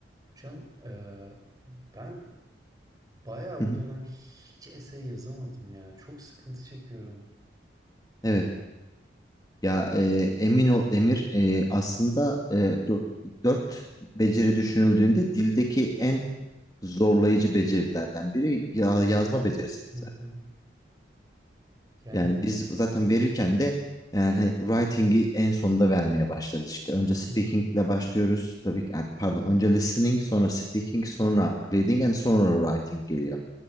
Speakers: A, on the right; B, on the left.
A: Hocam eee, ben bayağı
B: Hı hı.
A: bu dönem hiç essay yazamadım ya. Çok sıkıntı çekiyorum.
B: Evet. Ya e, emin ol Emir e, aslında e, dört, dört beceri düşünüldüğünde dildeki en zorlayıcı becerilerden biri ya, yazma becerisidir
A: Hı
B: zaten.
A: hı. Yani
B: Yani biz zaten verirken de yani hani writing'i en sonunda vermeye başlarız işte. Önce speaking'le
A: hı hı.
B: başlıyoruz. Tabii ki e, pardon önce listening sonra speaking sonra
A: hı.
B: reading and sonra writing geliyor